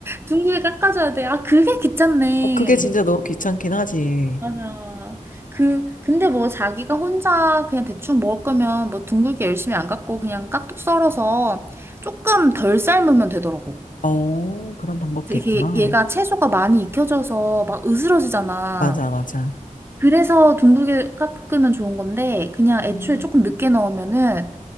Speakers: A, on the right (about 15°); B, on the left (about 70°).
A: 둥글게 깎아줘야 돼. 아, 그게 귀찮네.
B: 어, 그게 진짜 너무 귀찮긴 하지.
A: 맞아. 그, 근데 뭐 자기가 혼자 그냥 대충 먹을 거면 뭐 둥글게 열심히 안 깎고 그냥 깍둑 썰어서 조금 덜 삶으면 되더라고.
B: 어, 그런 방법도
A: 이게
B: 있구나.
A: 얘가 채소가 많이 익혀져서 막 으스러지잖아.
B: 맞아, 맞아.
A: 그래서 둥글게 깎으면 좋은 건데 그냥 애초에
B: 음,
A: 조금 늦게 넣으면은